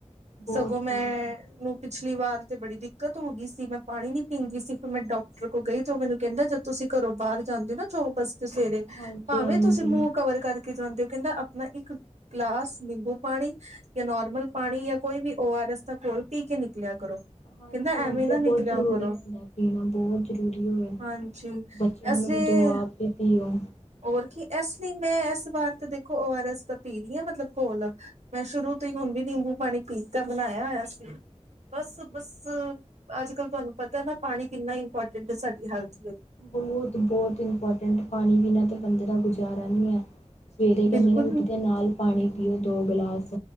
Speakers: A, on the left; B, on the right.
A: ਬਹੁਤ
B: ਸਗੋਂ ਮੈਂ।
A: ਬਹੁਤ
B: ਪਿਛਲੀ ਵਾਰ ਤੇ ਬੜੀ ਦਿੱਕਤ ਹੋ ਗਈ ਸੀ, ਮੈਂ ਪਾਣੀ ਨੀ ਪੀਂਦੀ ਸੀ, ਫਿਰ ਮੈਂ ਡਾਕ ਦੇਖੋ ਕਈ ਤੇ ਉਹ ਮੈਨੂੰ ਕਹਿੰਦਾ ਜਦ ਤੁਸੀਂ ਘਰੋਂ ਬਾਹਰ ਜਾਂਦੇ ਨਾ ਜੋਬ ਵਾਸਤੇ ਸਵੇਰੇ
A: ਹਾਂਜੀ
B: ਭਾਵੇਂ
A: ਹਾਂਜੀ
B: ਤੁਸੀਂ ਮੂੰਹ ਕਵਰ ਕਰਕੇ ਕੇ ਜਾਂਦੇ ਹੋ ਕਹਿੰਦਾ ਆਪਣਾ ਇੱਕ ਗਲਾਸ ਨਿੰਬੂ ਪਾਣੀ ਜਾਂ ਨੋਰਮਲ ਪਾਣੀ ਜਾਂ ਕੋਈ ਵੀ ਓ ਆਰ ਐਸ ਦਾ ਕੋਲ ਪੀ ਕੇ ਨਿਕਲਿਆ ਕਰੋ। ਕਹਿੰਦਾ
A: ਹਾਂਜੀ ਹਾਂਜੀ
B: ਐਵੇਂ ਨਾ
A: ਉਹ
B: ਨਿਕਲਿਆ
A: ਬਹੁਤ ਜ਼ਰੂਰੀ
B: ਕਰੋ
A: ਹੁੰਦਾ ਪੀਣਾ ਬਹੁਤ ਜ਼ਰੂਰੀ ਏ
B: ਹਾਂਜੀ
A: ਬੱਚਿਆਂ
B: ਇਸ
A: ਨੂੰ
B: ਲਈ
A: ਵੀ ਦੋ ਆਪ ਕੇ ਪੀਓ।
B: ਹੋਰ ਕੀ ਇਸ ਲਈ ਮੈਂ ਇਸ ਵਾਰ ਤਾਂ ਦੇਖੋ ਓ ਆਰ ਐਸ ਤਾਂ ਪੀ ਰਹੀ ਹਾਂ ਮਤਲਬ ਘੋਲ ਮੈਂ
A: ਹਾਂਜੀ
B: ਸ਼ੁਰੂ ਤੋਂ ਹੀ ਹੁਣ ਵੀ ਨਿੰਬੂ ਪਾਣੀ ਪੀ ਤਾਂ ਬਣਾਇਆ ਹੋਇਆ ਸੀ। ਬਸ
A: ਅੱਛਾ
B: ਬਸ
A: ਅੱਛਾ
B: ਅੱਜ ਕੱਲ੍ਹ ਤੁਹਾਨੂੰ ਪਤਾ ਹੈ ਨਾ ਪਾਣੀ ਕਿੰਨਾ ਇੰਪੋਰਟੈਂਟ ਹੈ ਸਾਡੀ ਹੈਲਥ ਵਿੱਚ
A: ਬਹੁਤ ਬਹੁਤ ਇੰਪੋਰਟੈਂਟ ਪਾਣੀ ਬਿਨਾ ਤਾਂ ਬੰਦੇ ਦਾ ਗੁਜ਼ਾਰਾ ਨਹੀਂ ਹੈ। ਸਵੇਰੇ
B: ਬਿਲਕੁਲ
A: ਕਹਿੰਦੇ ਨੇ ਉੱਠਦੇ
B: ਵੀ
A: ਨਾਲ ਪਾਣੀ ਪੀਓ ਦੋ ਗਿਲਾਸ